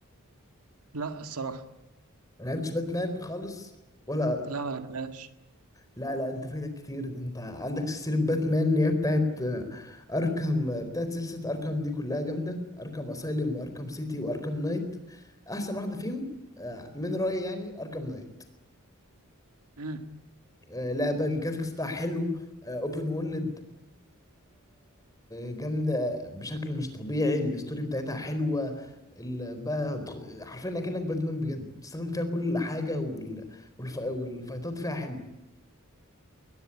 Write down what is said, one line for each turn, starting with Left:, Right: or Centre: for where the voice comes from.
Right: لا الصراحه
Left: ما لعبتش باتمان خالص ولا
Right: لا ما ولا لعبتهاش
Left: لا لا انت فايتك كتير ده انت عندك سلسله باتمان اللي هي بتاعت آه، اركم بتاعت سلسله اركم دي كلها جامده اركم اسايلم واركم سيتي واركم نايت احسن واحده فيهم آه، من رايي يعني اركم نايت
Right: امم
Left: آه، لعبة الجرافيكس بتاعها حلو اوبن وورلد جامدة بشكل مش طبيعي الستوري بتاعتها حلوة ال- بقى تخ- حرفيا اكنك باتمان بجد بتستخدم فيها كل حاجة وال... والف... والفايتات فيها حلوة